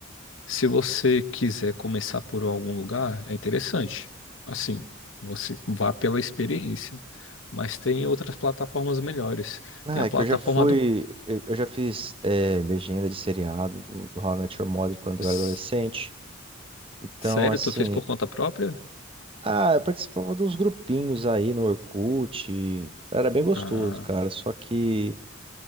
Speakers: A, on the left; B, on the right.
A: se você quiser começar por algum lugar, é interessante. Assim, você vá pela experiência. Mas tem outras plataformas melhores.
B: Ah,
A: Tem a
B: é
A: plataforma
B: que eu já fui.
A: do.
B: Eu eu já fiz é, legenda de seriado do, do How I Met Your Mother quando
A: S-
B: eu era adolescente. Então,
A: Sério,
B: assim.
A: tu fez por conta própria?
B: Ah, eu participava dos grupinhos aí no Orkut. Era bem gostoso,
A: Ah,
B: cara. Só que.